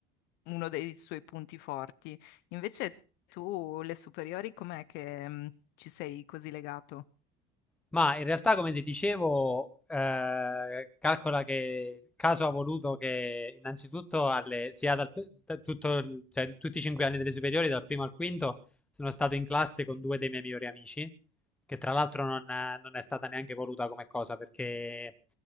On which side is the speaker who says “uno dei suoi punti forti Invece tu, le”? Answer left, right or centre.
Left